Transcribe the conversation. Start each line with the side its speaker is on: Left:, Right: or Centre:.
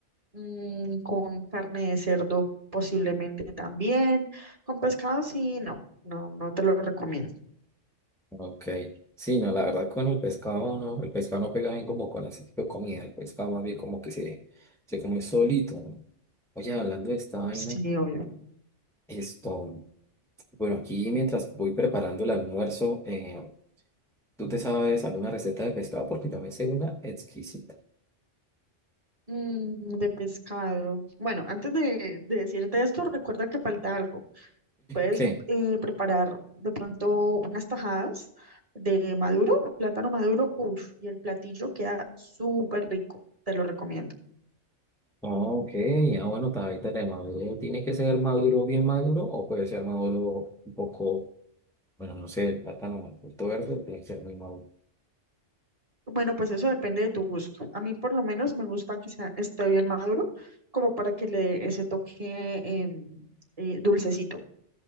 Right: Mm, con carne de cerdo posiblemente también. Con pescado sí, no, no, no te lo recomiendo.
Centre: Ok, sí, no, la verdad con el pescado no, el pescado no pega bien como con ese tipo de comida, el pescado más bien como que se, se come solito, ¿no? Oye, hablando de esta vaina,
Right: Sí, obvio.
Centre: esto, bueno, aquí mientras voy preparando el almuerzo, eh, ¿tú te sabes alguna receta de pescado? Porque yo me sé una exquisita.
Right: Mm, de pescado. Bueno, antes de, de decirte esto, recuerda que falta algo. Puedes
Centre: ¿Qué?
Right: eh, preparar de pronto unas tajadas de maduro, plátano maduro, uff, y el platillo queda súper rico. Te lo recomiendo.
Centre: Ah, Ok, ya bueno, está ahí tenemos. ¿Tiene que ser maduro, bien maduro, o puede ser maduro un poco, bueno, no sé, el plátano, el fruto verde, tiene que ser muy maduro.
Right: Bueno, pues eso depende de tu gusto. A mí por lo menos me gusta que sea, esté bien maduro, como para que le dé ese toque em, eh, dulcecito.